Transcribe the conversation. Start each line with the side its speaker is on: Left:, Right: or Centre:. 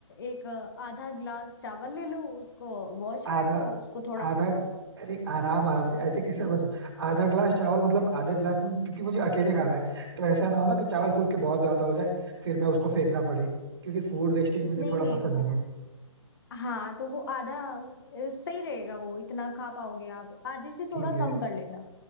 Left: एक आधा ग्लास चावल ले लो उसको वॉश
Right: आधा
Left: कर लो उसको थोड़ा
Right: आधा अरे आराम आराम से ऐसे कैसे मतलब आधा ग्लास चावल मतलब आधा ग्लास में क्योंकि मुझे अकेले खाना है तो ऐसा ना हो ना कि चावल फूल के बहुत ज्यादा हो जाए फिर मैं उसको फेंकना पड़े क्योंकि फूड वेस्टेज मुझे
Left: नहीं
Right: थोड़ा
Left: नहीं
Right: पसंद
Left: वो
Right: नहीं है
Left: हाँ तो वो आधा अ, सही रहेगा वो इतना खा पाओगे आप आधे से
Right: ठीक
Left: थोड़ा
Right: है
Left: कम कर लेना